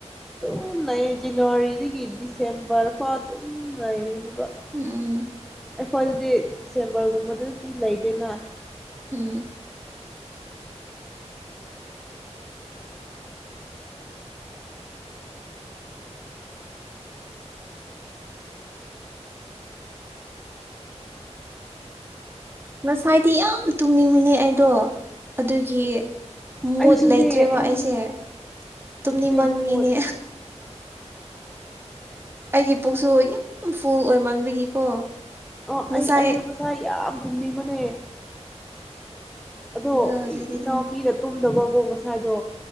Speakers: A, in the centre; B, on the right.
A: ꯑꯘꯨꯝ ꯅꯩꯖꯥꯞ ꯖꯅꯋꯥꯔꯤꯗꯒꯤ ꯗꯤꯁꯦꯝꯕꯔ ꯐꯥꯎ ꯑꯗꯨꯝ ꯂꯩꯥꯏꯔꯅꯤꯕ
B: ꯎꯝ
A: ꯑꯩꯈꯣꯏꯗꯗꯤꯗꯤ ꯆꯦꯝꯕꯔꯒꯨꯝꯕꯗꯗꯤ ꯂꯩꯗꯦꯅ
B: ꯎꯝ ꯉꯁꯥꯏꯗꯤ ꯌꯥꯝ ꯇꯨꯝꯅꯤꯡꯃꯤꯅꯦ ꯑꯩꯗꯣ ꯑꯗꯨꯒꯤ ꯃꯨꯠ
A: ꯑꯩꯁꯨꯅꯦ
B: ꯂꯩꯇ꯭ꯔꯦꯕ
A: ꯑꯩ
B: ꯑꯩꯁꯦ ꯇꯨꯝꯅꯤꯡꯃꯟꯒꯤꯅꯦ
A: ꯀꯩꯒꯤ ꯃꯣꯠ
B: ꯑꯩꯒꯤ ꯄꯨꯛꯁꯨ ꯌꯥꯝ ꯐꯨꯜ ꯑꯣꯏꯃꯟꯕꯒꯤꯀꯣ
A: ꯑꯣ
B: ꯉꯁꯥꯏ
A: ꯑꯩ ꯑꯩꯁꯨ ꯉꯁꯥ ꯌꯥꯝ ꯇꯝꯅꯤꯡꯕꯅꯦ ꯑꯗꯣ
B: ꯑꯗꯨꯒ ꯍꯧꯖꯤꯛꯇꯤ
A: ꯏꯅꯎ ꯐꯤꯔ ꯇꯨꯝꯗꯕꯀꯣ ꯉꯁꯥꯏꯗꯣ